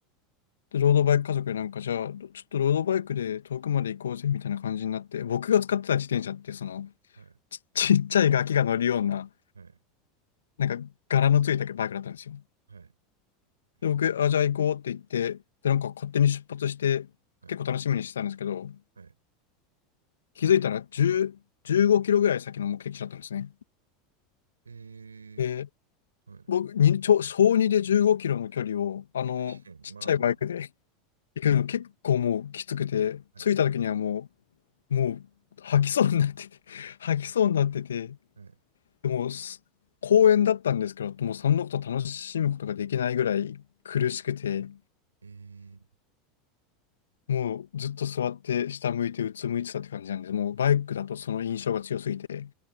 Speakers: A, on the left (about 70°); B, on the right (about 75°).
A: で、ロードバイク家族でなんか、じゃあ、ちょっとロードバイクで遠くまで行こうぜみたいな感じになって、僕が使ってた自転車って、その、
B: はい。
A: ち、ちっちゃいガキが乗るような、
B: はい。
A: なんか柄のついたバイクだったんですよ。
B: はい。
A: で、
B: うん。
A: 僕、あ、じゃあ行こうって言って、で、なんか勝手に出発して、
B: はい。
A: 結構楽しみにしてたんですけど、
B: はい。
A: 気づいたら10、15キロぐらい先の目的地だったんですね。
B: えー、
A: で
B: はい。
A: 僕、に、ちょ、小2で15キロの距離を、あの、
B: <laughs>
A: ちっちゃいバイクで
B: まあま
A: <laughs> 行くの結構もうきつくて、
B: あ。
A: 着いた時にはも
B: はい。
A: う、もう吐きそうになってて、<laughs> 吐きそうになってて、
B: あーはい。
A: でもす公園だったんですけど、もうそのこと楽しむことができないぐらい苦しくて、
B: はい。えー
A: もうずっと座って下向いてうつむいてたって感じなんです、もうバイクだとその印象が強すぎて、